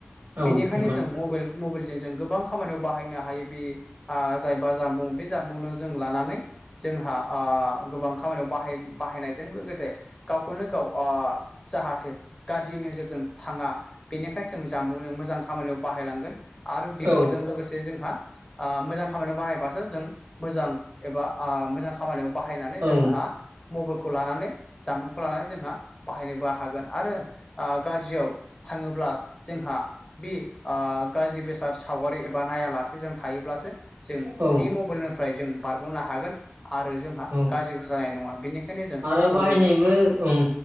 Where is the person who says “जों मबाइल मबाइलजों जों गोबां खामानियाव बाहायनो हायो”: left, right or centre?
Left